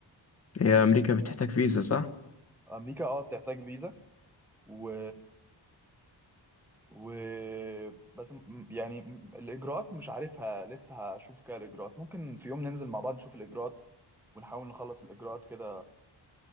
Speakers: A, on the left; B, in the centre.
A: هي امريكا بتحتاج فيزا صح
B: امريكا اه بتحتاج فيزا و و بس م- يعني م- الاجراءات مش عارفها لسه هشوف كده الاجراءات ممكن في يوم ننزل مع بعض نشوف الاجراءات ونحاول نخلص الاجراءات كده